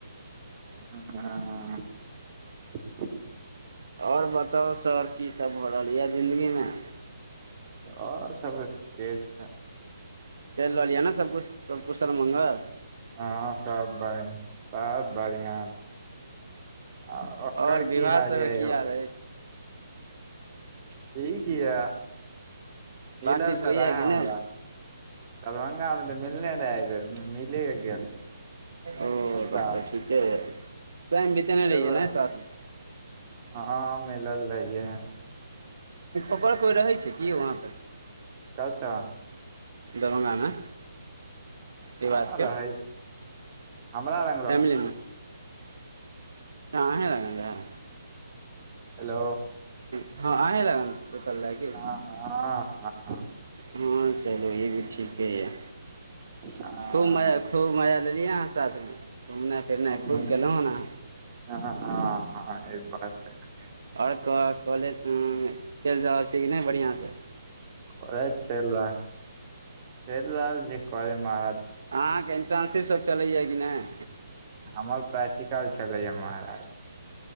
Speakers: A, on the right; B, on the right.
A: ह ह ह
B: आओर बताउ सर की सब भऽ रहल य जिंदगी में
A: आओर सब तऽ ठीके छै।
B: चलि रहलि यै ने सबकुछ सब कुसलमंगल
A: हँ सब बढ़ि सब बढ़िआँ छै। आ ओकर
B: आओर विवाह
A: की हाल
B: सब
A: य
B: की
A: यौ
B: आर अछि
A: ठीक यऽ मिलल
B: बातचीत होइया
A: तऽ रहे
B: कि नहि
A: हमरा दरभंगा मे तऽ मिलने रहा आईबेर मिले क गेल
B: ओ
A: हमरा
B: तब तऽ ठीके है टाइम बीतेने रहियए
A: एगो
B: ने साथमे
A: हँ मिलल रहियै
B: ओकर कोइ रहै छै। की वहाँ पर
A: क तऽ
B: दरभंगा में रवासके
A: हँ रहै छी हमरा लग रह
B: फैमिलीमे कह हे लग जा <unintelligible>
A: हेलो
B: हँ अहीँ लगन रुकल
A: ह
B: रहै की
A: ह ह
B: हँ चलू ई भी ठीके यए
A: हँ
B: खूब मजा खूब मजा लेलियै अहाँ साथमे घुमनाइ फिरनाइ
A: हँ।
B: खूब गेलहुँ हन अ
A: हँ हँ हँ ई बात देख
B: आओर कह कॉलेज चलि जा रहल छी कि नई बढ़िया से
A: करै चल चल रहल जे करै मार
B: अहाँके इंटर्नशिप सब चलैया कि नय
A: हमर प्राक्टिकल छलै महराज